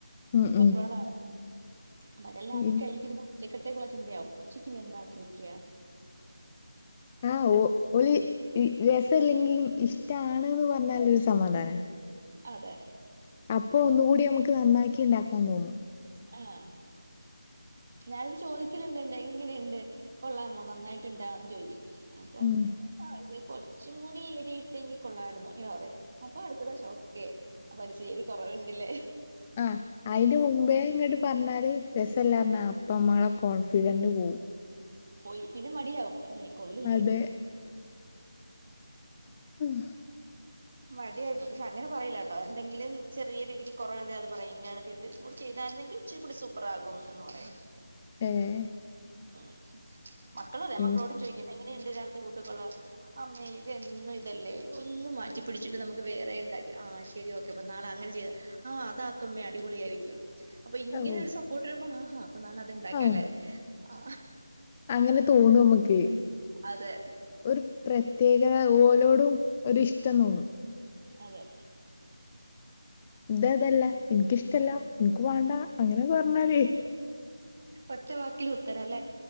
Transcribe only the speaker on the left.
ഉം
ഉം
ഇൻ
ആഹ് ഓ ഓല് ഇ രസല്ലെങ്കീം ഇഷ്ടാണ്ന്ന് പറഞ്ഞാലൊരു സമാധാനാ
അപ്പൊ ഒന്നുകൂടി നമുക്ക് നന്നാക്കി ഉണ്ടാക്ക തോന്നും
ഉം
ആഹ് അതിന് മുൻപേ ഇങ്ങട് പറഞ്ഞാല് രെസമില്ലാ അപ്പ നമ്മുടെ കോൺഫിഡന്റ് പോകും
അതെ ഉം
ഏഹ്
ഇനി
ഓ
ആ
അങ്ങനെ തോന്നു നമുക്ക്
ഒരു പ്രത്യേകത ഓലോടും ഒരിഷ്ടം തോന്നും.
ഇത അതല്ല ഇൻക്കിഷ്ടല്ല ഇൻക്ക് മാണ്ടാ അങ്ങനൊന്ന് പർഞ്ഞാല്